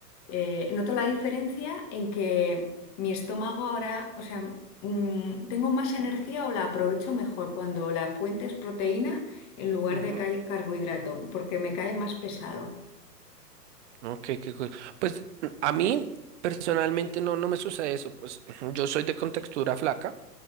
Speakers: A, on the left; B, on the right.
A: Eh, noto la diferencia en que mi estómago ahora, o sea, mm, tengo más energía o la aprovecho mejor cuando la fuente es proteína en lugar
B: Ujú,
A: de ca- carbohidrato, porque me cae más pesado.
B: Ok, qué cool. Pues a mí personalmente no, no me sucede eso. Pues yo soy de contextura flaca.